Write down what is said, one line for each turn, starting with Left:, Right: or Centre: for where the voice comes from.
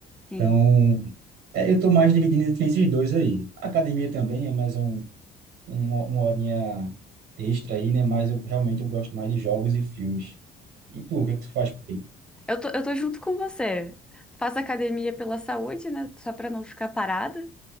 Centre: Sim.
Right: Então, é, eu estou mais dividindo entre esses dois aí. A academia também é mais um, uma, uma horinha extra aí, né? Mas eu realmente eu gosto mais de jogos e filmes. E tu, o que é que tu faz? por aí?
Centre: Eu tô, eu tô junto com você. Faço academia pela saúde, né? Só pra não ficar parada.